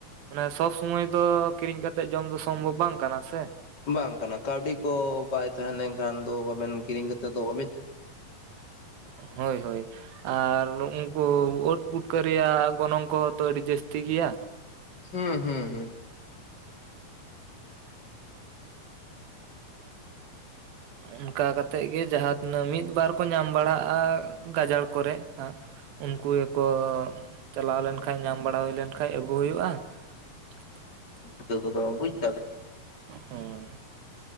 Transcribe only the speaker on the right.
ᱢᱟᱱᱮ ᱥᱚᱵᱽ ᱥᱚᱥᱚᱢᱚᱭ ᱫᱚ ᱠᱤᱨᱤᱧ ᱠᱟᱛᱮᱜ ᱡᱚᱢ ᱫᱚ ᱥᱚᱢᱵᱷᱚᱵᱽ ᱵᱟᱝ ᱠᱟᱱᱟ ᱥᱮ ᱾
ᱦᱳᱭ ᱦᱳᱭ᱾ ᱟᱨ ᱱᱩᱱᱠᱩ ᱩᱸᱛ ᱯᱩᱴᱠᱟᱹ ᱨᱮᱭᱟᱜ ᱜᱚᱱᱚᱝ ᱠᱚᱦᱚᱸ ᱛᱚ ᱟᱹᱰᱤ ᱡᱟᱹᱥᱛᱤ ᱜᱮᱭᱟ ᱾
ᱚᱱᱠᱟ ᱠᱟᱛᱮᱜ ᱜᱮ ᱡᱟᱦᱟᱸ ᱛᱤᱱᱟᱹᱜ ᱢᱤᱫᱵᱟᱨ ᱠᱚ ᱧᱟᱢ ᱵᱟᱲᱟᱜᱼᱟ ᱜᱟᱡᱟᱲ ᱠᱚᱨᱮ᱾ ᱩᱱᱠᱩ ᱜᱮᱠᱚ ᱪᱟᱞᱟᱣ ᱞᱮᱱᱠᱟᱱ ᱧᱟᱢ ᱵᱟᱲᱟ ᱦᱩᱭ ᱞᱮᱱ ᱠᱷᱟᱱ ᱟᱹᱜᱩ ᱦᱩᱭᱩᱜᱼᱟ ᱾ <unintelligible>
ᱦᱩᱸ᱾